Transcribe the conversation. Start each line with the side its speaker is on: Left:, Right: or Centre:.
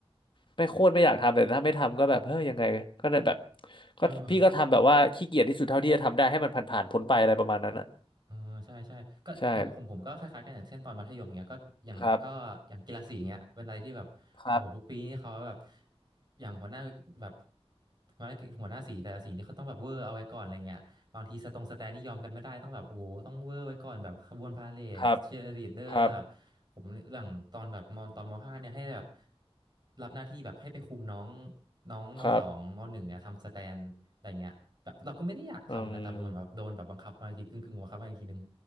Left: ไม่โคตรไม่อยากทำแต่ถ้าไม่ทำก็แบบเฮ้ยยังไงก็เลยแบบ
Right: เออ
Left: ก็พี่ก็ทำแบบว่าขี้เกียจที่สุดเท่าที่จะทำได้ให้มันผ่านๆพ้นไปอะไรประมาณนั้นอ่ะ
Right: อ่าใช่ใช่ก็ของผมก็คล้ายๆกันอย่างเช่นตอนมัธยมเงี้ยก็อย่างก็อย่างกีฬาสีเงี้ยเป็นอะไรที่แบบโอ้โหทุกปีนี่เขาแบบ
Left: ใช่ครับครับ
Right: อย่างหัวหน้าแบบหัวหน้าหัวหน้าสีแต่ละสีนี่เขาต้องแบบเวอร์เอาไว้ก่อนอะไรเงี้ยบางทีสตรงสแตนนี่ยอมกันไม่ได้ต้องแบบโอ้โหต้องเวอร์ไว้ก่อนแบบขบวนพาเหรดเชียร์ลีดเดอร์แบบ
Left: ครับครับ
Right: ผมอย่างตอนแบบมอนตอนมห้าเนี่ยให้แบบ รับหน้าที่แบบให้ไปคุมน้องน้องมสองมหนึ่งเนี่ยทำสแตนอะไรเงี้ยแบบเราก็ไม่ได้อยากทำนะแต่เหมือนแบบโดนแบบบังคับมาอีกทีกึ่งกึ่งบังคับมาอีกทีนึง
Left: ครับอืม